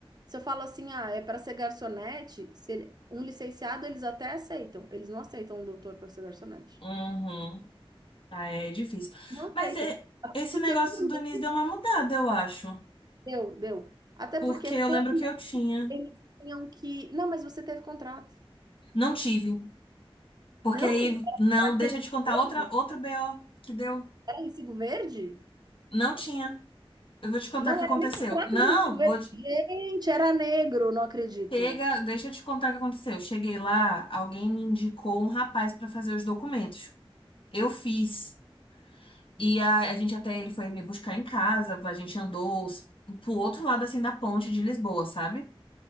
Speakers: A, on the right; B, on the left.
A: se eu falo assim, ah, é para ser garçonete, se ele- um licenciado eles até aceitam. Eles não aceitam um doutor para ser garçonete.
B: Uhum. Aí é difícil.
A: Não aceitam.
B: Mas é- esse
A: Porque
B: negócio
A: por lei,
B: do NIS deu uma mudada, eu acho.
A: deu, deu. Até
B: Porque
A: porque por
B: eu lembro
A: lei,
B: que eu tinha.
A: eles tinham que. Não, mas você teve contrato.
B: Não tive. Porque
A: Não,
B: aí, não,
A: era
B: deixa
A: recibo
B: eu te contar
A: verde?
B: outra, outro BO que deu.
A: Era recibo verde?
B: Não tinha. Eu vou te contar
A: Não
B: o que aconteceu.
A: era nem contrato,
B: Não,
A: nem recibo verde.
B: vou te.
A: Gente, era negro, não acredito.
B: Chega, deixa eu te contar o que aconteceu. Eu Cheguei lá, alguém me indicou um rapaz para fazer os documentos. Eu fiz. E a, a gente até ele foi me buscar em casa, a gente andou s- pro outro lado assim da ponte de Lisboa, sabe?